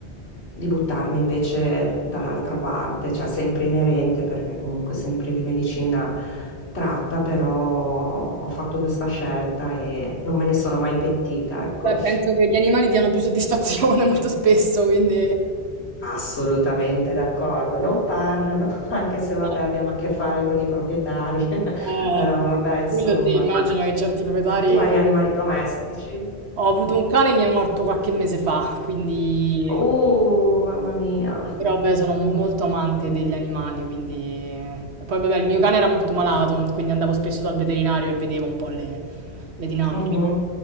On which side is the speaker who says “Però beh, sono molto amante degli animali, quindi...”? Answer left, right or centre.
Right